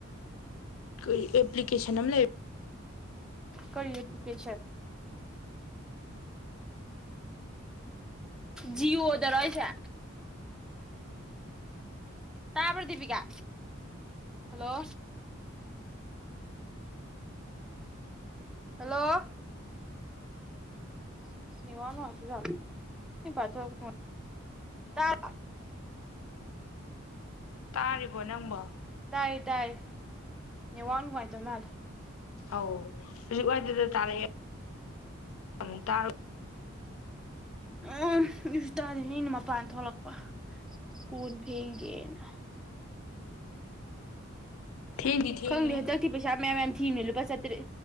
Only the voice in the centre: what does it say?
ꯀꯔꯤ ꯑꯦꯗꯨꯀꯦꯁꯟ ꯖꯤꯑꯣ ꯗꯔꯣ ꯍꯥꯏꯁꯦ ꯇꯥꯕ꯭ꯔꯣ ꯗꯤꯄꯤꯀꯥ ꯍꯜꯂꯣ ꯍꯜꯂꯣ ꯅꯦꯠꯋꯥꯛ ꯅꯨꯡꯉꯥꯏꯇ ꯖꯥꯠꯂꯣ <unintelligible>
ꯇꯥꯏꯌꯦ ꯇꯥꯏꯌꯦ ꯅꯦꯠꯋꯥꯛ ꯅꯨꯡꯉꯥꯏꯇ ꯃꯥꯜꯂꯦ
ꯎ <unintelligible> ꯃꯄꯥꯟ ꯊꯣꯛꯂꯛꯄ ꯀꯣꯟ ꯐꯦꯡꯒꯦꯅ
ꯈꯪꯗꯦ ꯍꯟꯗꯛꯇꯤ ꯄꯩꯁꯥ ꯃꯌꯥꯝ ꯃꯌꯥꯝ ꯊꯤꯅꯦ ꯂꯨꯄꯥ ꯆꯥ ꯇ꯭ꯔꯦꯠ